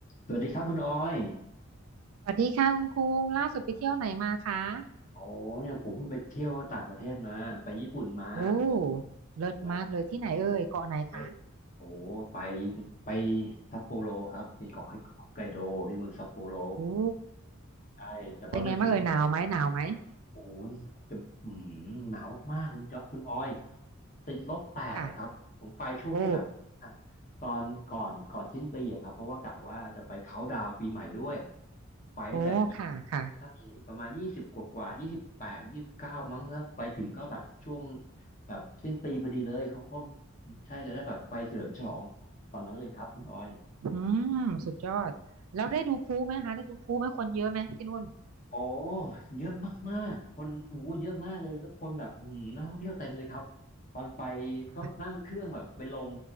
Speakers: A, on the left (about 40°); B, on the right (about 85°).
A: สวัสดีครับคุณออย
B: สวัสดีค่ะคุณคุงล่าสุดไปเที่ยวไหนมาคะ
A: โอ้เนี่ยผมเพิ่งไปเที่ยวต่างประเทศมาไปญี่ปุ่นมา
B: โอ้เลิศมากเลยที่ไหนเอ่ยเกาะไหนคะ
A: นะไปโอ้ไปไปซัปโปโรครับไปเกาะไฮไกโดที่เมืองซัปโปโร
B: โอ้
A: ใช่แต่ว่าเป็นทริป
B: เป็นไงบ้างเอ่ยหนาวไหมหนาวไหม
A: โอ้โหจะอืมหนาวมากๆคุณจ๊อบคุณออยติดลบแปดอะครับผมไปช่วงที่แบบอ่ะ
B: ค่ะโอ้
A: ตอนก่อนก่อนสิ้นปีอะครับเพราะว่ากะว่าจะไปเขาน์ดาวน์ปีใหม่ด้วยไปตั้งแต่ยี่
B: โอ้ค่ะค่ะ
A: ใช่ประมาณยี่สิบกว่ากว่ายี่สิบแปดยี่สิบเก้ามั้งแล้วไปถึงก็แบบช่วงแบบสิ้นปีพอดีเลยเขาก็ใช่จะได้แบบไปเฉลิมฉลองตอนนั้นเลยครับคุณออย
B: อืมสุดยอดแล้วได้ดูพลุไหมคะได้ดูพลุไหมคนเยอะไหมที่นู่น
A: อ๋อเยอะมากๆคนโอ้โหเยอะมากเลยแล้วคนแบบอืมนักท่องเที่ยวเต็มเลยครับตอนไป
B: ค่ะ
A: ก็นั่งเครื่องแบบไปลง